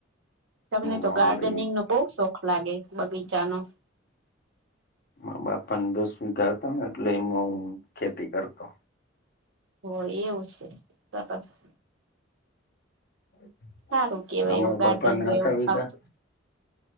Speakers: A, on the right; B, on the left.
A: તમને તો
B: ન આવડે
A: ગાર્ડનિંગ
B: એવું
A: નો બહુ શોખ લાગે બગીચા નો
B: માર બાપા દસ વીઘા હતા ને એટલે એમાં હું ખેતી કરતો
A: હો એવું છે સરસ
B: <inaudible>
A: સારું કેવાય
B: તમારા
A: એવું
B: બાપાને
A: ગાર્ડનું
B: હતા
A: એવું
B: વીઘા
A: ફાવતું